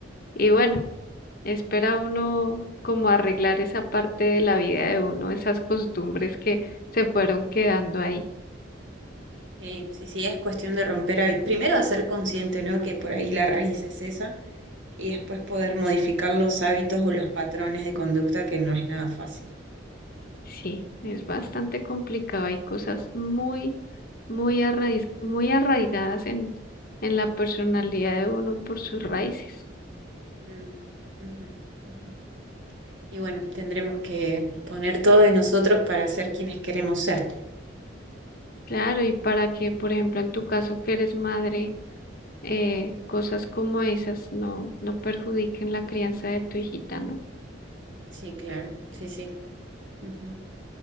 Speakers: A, on the left; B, on the right.
A: y
B: Mm.
A: bueno. Espera uno como arreglar esa parte de la vida de uno, esas costumbres que se fueron quedando ahí.
B: Sí, sí, sí, es cuestión de romper hábitos. Primero hacer consciente, ¿no? Que por ahí la raíz es esa y después poder modificar los hábitos o los patrones de conducta, que no es nada fácil.
A: Sí, es bastante complicado. Hay cosas muy, muy arraiz- muy arraigadas en, en la personalidad de uno por sus raíces.
B: Mm, ujú, ujú. Y bueno, tendremos que poner todo de nosotros para ser quienes queremos ser.
A: Claro, y para que, por ejemplo, en tu caso que eres madre, eh, cosas como esas no, no perjudiquen la crianza de tu hijita, ¿no?
B: Sí, claro, sí, sí. Ujú.